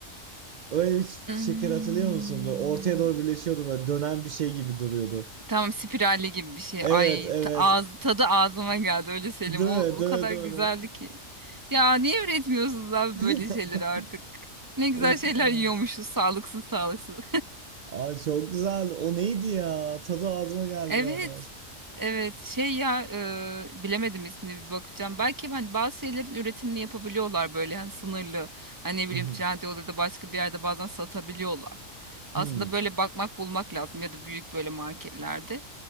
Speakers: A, on the right; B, on the right.
A: Öyle bir
B: Hmm,
A: şeker hatırlıyor musun? Böyle ortaya doğru birleşiyordu böyle dönen bir şey gibi duruyordu.
B: tamam spiralli gibi bir şey.
A: Evet
B: Ay
A: evet.
B: ta- ağzı tadı ağzıma geldi öyle Selim.
A: Değil
B: O,
A: mi?
B: o
A: Değil
B: kadar
A: mi? Değil
B: güzeldi
A: mi? Değil mi?
B: ki. Ya niye üretmiyorsunuz abi
A: <laughs>
B: böyle şeyleri artık? Ne güzel
A: Of
B: şeyler
A: evet.
B: yiyormuşuz sağlıksız sağlıksız.
A: Ay çok güzeldi. O neydi ya? Tadı ağzıma geldi
B: Evet.
A: bir anda gerçekten.
B: Evet şey ya e, bilemedim ismini bir bakacağım. Belki hani bazı şeylerin üretimini yapabiliyorlar böyle hani sınırlı. Hani ne bileyim
A: <laughs>
B: Trendyol'da ya da başka bir yerde bazen satabiliyorlar. Aslında
A: Hmm.
B: böyle bakmak bulmak lazım ya da büyük böyle marketlerde.